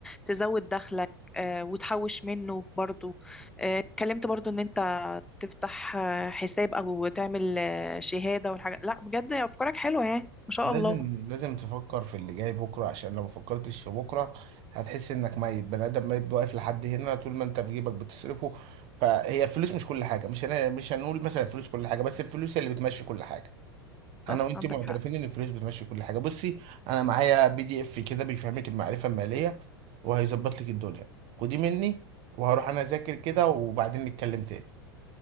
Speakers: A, in the centre; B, on the right.
A: تزود دخلك آه، وتحوش منه برضو آه، اتكلمت برضو ان انت تفتح آه، حساب او تعمل آه، شهادة والحاجات لا بجد افكارك حلوة يعني ما شاء
B: لازم
A: الله
B: لازم تفكر في اللي جاي بكرة عشان لو مفكرتش في بكرة هتحس انك ميت بني ادم ميت واقف لحد هنا طول ما انت في جيبك بتصرفه فهي الفلوس مش كل حاجة مش هن... مش هنقول مثلا الفلوس كل حاجة بس الفلوس هي اللي بتمشي كل حاجة
A: صح
B: انا وانت
A: عندك
B: معترفين
A: حق
B: ان الفلوس بتمشي كل حاجه بصي انا معايا بي دي اف كده بيفهمك المعرفه الماليه وهيظبط لك الدنيا خديه مني وهروح انا اذاكر كده وبعدين نتكلم تاني